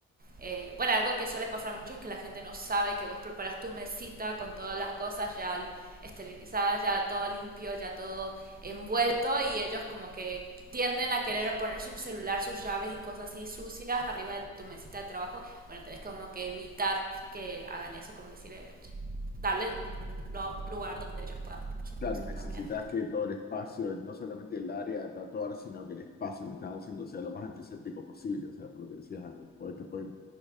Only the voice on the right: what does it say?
Eh, bueno, algo que suele pasar mucho es que la gente no sabe que vos preparas tu mesita con todas las cosas ya esterilizadas, ya todo limpio, ya todo envuelto y ellos como que tienden a querer poner su celular, sus llaves y cosas así sucias arriba de tu mesita de trabajo. Bueno, tenés como que evitar que hagan eso, como decir, eh, darles un lo- lugar donde ellos puedan poner sus
cosas
también.